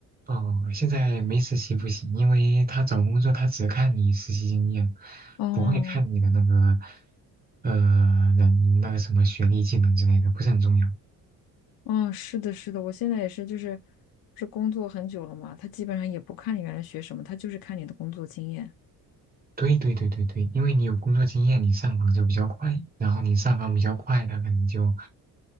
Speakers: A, on the right; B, on the left.
A: 哦，现在没实习不行，因为他找工作他只看你实习经验，
B: 哦，
A: 不会看你的那个呃能那个什么学历、技能之类的，不是很重要。
B: 嗯，是的，是的，我现在也是，就是不是工作很久了嘛，他基本上也不看你原来学什么，他就是看你的工作经验。
A: 对对对对对，因为你有工作经验，你上岗就比较快，然后你上岗比较快，他可能就